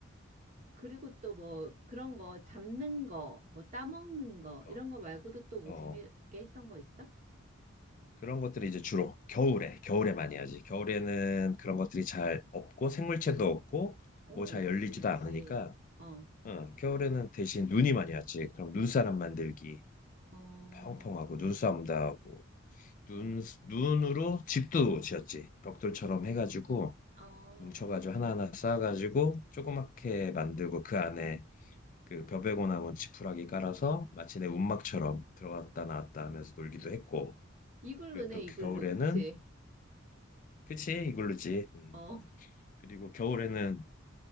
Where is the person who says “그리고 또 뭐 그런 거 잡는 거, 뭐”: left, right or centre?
Right